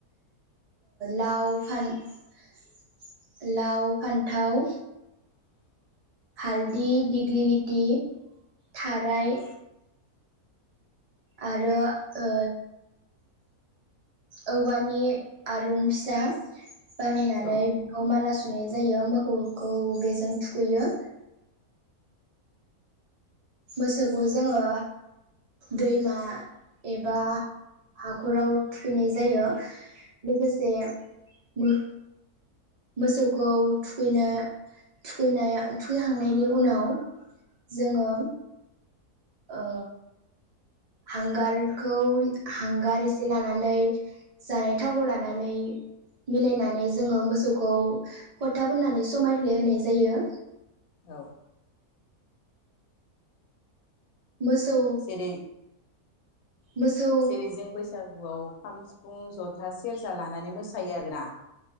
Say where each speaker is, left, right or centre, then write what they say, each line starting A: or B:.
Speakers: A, on the right; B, on the left.
A: लाव, फान-फान्थाव हालदि दिग्लि लिथि थाराय आरो ओ औवानि आरं फिसा बानायनानै
B: औ
A: बेखौ माला सुनाय जायो मोखौखौ बेजों थुखैयो मोसौखौ जोङो दैमा एबा हाखराव थुखैनाय जायो लोगोसे मो मोसौखौ थुखैनो थुखैनाय थुखैहांनायनि उनाव जोङो ओ हांगारखौ हांगार एसे लानानै जानाय थावखौ लानानै मिलायनानै जोङो मोसौखौ फोथा फोननानै समायफ्लेहोनाय जायो
B: औ
A: मोसौ
B: जेरै
A: मोसौ
B: जेरै जों बैसागुआव खाम सि फुं ज'था सेरजा लानानै मोसायो आरोना